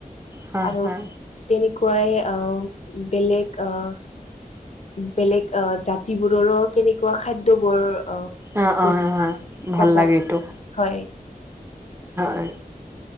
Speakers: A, on the right; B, on the left.
A: হয়
B: আৰু
A: হয়।
B: তেনেকুৱাই আহ' বেলেগ আহ'- বেলেগ আহ' জাতিবোৰৰো কেনে কুৱা খাদ্যবোৰ অঁ'
A: অ' অ' হয় ভাল লাগে এইটো
B: <unintelligible> হয়।
A: হয়